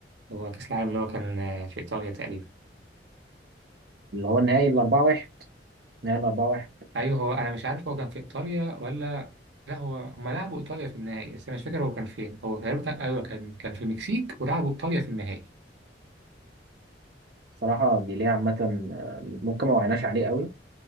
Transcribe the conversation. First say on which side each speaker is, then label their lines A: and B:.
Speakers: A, on the right; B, on the right.
A: هو كأس العالم اللي هو كان آه، في إيطاليا تقريبا
B: اللي هو النهائي الأربعة واحد نهائي الأربعة واحد
A: أيوه هو أنا مش عارف هو كان في إيطاليا ولا لا هو هما لعبوا إيطاليا في النهائي بس أنا مش فاكر هو كان فين هو تقريبا أيوه كان كان في المكسيك ولعبوا إيطاليا في النهائي
B: صراحة بيليه عامة آه، ممكن ما وعناش عليه قوي